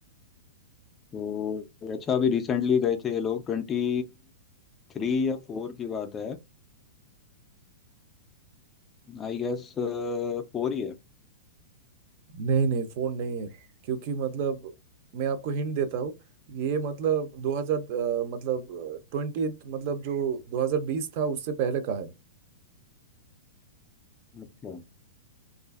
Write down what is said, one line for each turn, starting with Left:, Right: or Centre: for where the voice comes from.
Left: तो अच्छा अभी रिसेंटली गए थे ये लोग ट्वेंटी थ्री या फोर की बात है आई गेस फोर ही है
Right: नहीं नहीं फोन नहीं है क्योंकि मतलब मैं आपको हिंट देता हूँ ये मतलब 2000 अ, मतलब ट्वेंटी मतलब जो 2020 था उससे पहले का है
Left: अच्छा